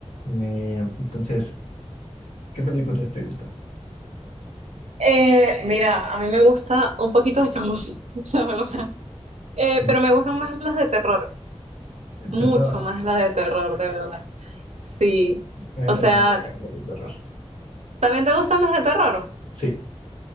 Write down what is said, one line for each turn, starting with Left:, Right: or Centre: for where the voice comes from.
Left: Eh, entonces, ¿qué películas te gustan?
Right: Eh, mira, a mí me gusta un poquito de todo, <laughs> la verdad. Eh,
Left: ¿no?
Right: pero me gustan más las de terror,
Left: El
Right: mucho
Left: terror.
Right: más las de terror, de verdad. Sí.
Left: A mí
Right: O
Left: también
Right: sea,
Left: me gustan las de terror.
Right: ¿también te gustan las de terror?
Left: Sí,